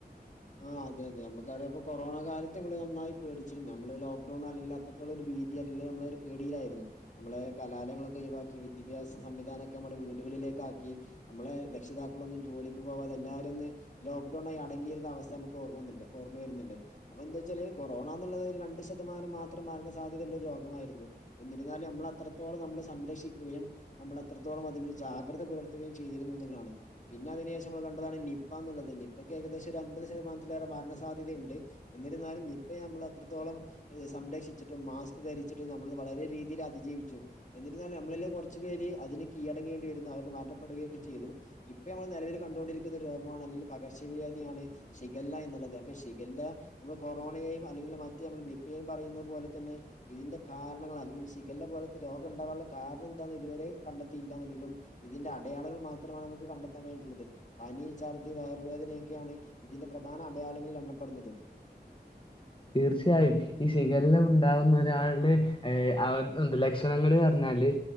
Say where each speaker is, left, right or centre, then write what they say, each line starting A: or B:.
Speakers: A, on the left (about 45°); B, on the left (about 30°).
A: ആഹ് അതെ അതെ നമുക്കറിയാംപ്പോ കൊറോണ കാലത്ത് നമ്മള് നന്നായി പേടിച്ചിരുന്നു, നമ്മള് ലോക്ക്ഡൗൺ അല്ലെങ്കിൽ അത്രത്തോം ഒരു <unintelligible> രീതി അല്ലെങ്കി നമ്മള് ഒരു പേടിയിലായിരുന്നു, നമ്മളെ കലാലയങ്ങളൊക്കെ ഒഴിവാക്കി വിദ്യാഭ്യാസ സംവിധാനൊക്കെ നമ്മുടെ വീടുകൾ <unintelligible> ആക്കി നമ്മളെ രക്ഷിതാക്കളൊന്നും ജോലിക്ക് പോവാതെ എല്ലാരും ഒന്ന് ലോക്ക്ഡൌൺ അടങ്ങിയിരുന്ന അവസ് സ്ഥ നമുക്ക് ഓർമ്മ <unintelligible> ഓർമ്മ വരുന്നുണ്ട്, അപ്പ എന്താച്ചാല് കൊറോണാന്നുള്ളത് രണ്ട് ശതമാനം മാത്രം മരണ സാധ്യത ള്ള ഒരു രോഗമായിരുന്നു, എന്നിരുന്നാലും നമ്മൾ അത്രത്തോളം നമ്മള് സംരക്ഷിക്കുകയും നമ്മൾ അത്രത്തോളം അതിന് ജാഗ് ഗ്രത പുലർത്തുകയും ചെയ്തിരുന്നുന്നുള്ളതാണ്, പിന്നെ അതിനു ശേഷം നമ്മള് കണ്ടതാണ് നിപ്പ എന്നുള്ളത് നിപ്പക്ക് ഏകദേശം രണ് <unintelligible> ശതമാനത്തിലേറെ മരണ സാധ്യതയിണ്ട്, എന്നിരുന്നാലും നിപ്പയെ നമ്മള് അത്രത്തോളം ഇത് സംരക്ഷിച്ചിട്ടും മാ മാസ്ക് ധരിച്ചിട്ട് നമ്മള് വളരെ രീതിയിൽ അതിജീവിച്ചു, എന്നിരുന്നാലും നമ്മളിലെ കൊറച്ച് പേര് അതിന് കീഴടങ്ങേണ്ടി വര് <unintelligible> അവര് മരണപ്പെടുകയൊക്കെ ചെയ്തു, ഇപ്പ നമ്മള് നെലവില് കണ്ടുകൊണ്ടിരിക്കുന്ന ഒരു രോഗമാണ് അല്ലെങ്കിൽ പകർച്ചവ്യാധിയാണ് ഷിഗല്ല എന്നുള്ളത് അപ്പൊ ഷിഗല്ല നമ്മള് കൊറോണയെയും അല്ലെങ്കിൽ മറ്റ് നമ്മൾ നിപ്പയെയും പറയുന്നത് പോലെ തന്നെ ഇതിന്റെ കാരണങ്ങള് അല്ലെങ്കിൽ ഷിഗലാ പോലത്തെ രോഗം ഉണ്ടാവാനുള്ള കാരണം എന്താന്ന് ഇതുവരെ കണ്ടെത്തിയില്ലാന്നുണ്ടെങ്കിലും ഇതിന്റെ അടയാളങ്ങള് മാത്രമാണ് നമുക്ക് കണ്ടെത്താൻ കഴിഞ്ഞട്ടുള്ളത് പനി ഛർദ്ദി വയറുവേദനയൊക്കെയാണ് ഇതിന്റെ പ്രധാന അടയാളങ്ങളിൽ എണ്ണപ്പെടുന്നത്
B: തീർച്ചയായും ഈ ഷിഗലാ ഉണ്ടാവുന്ന ഒരാളടെ ഏ അ ലക്ഷണങ്ങള് പറഞ്ഞ ഞ്ഞാല്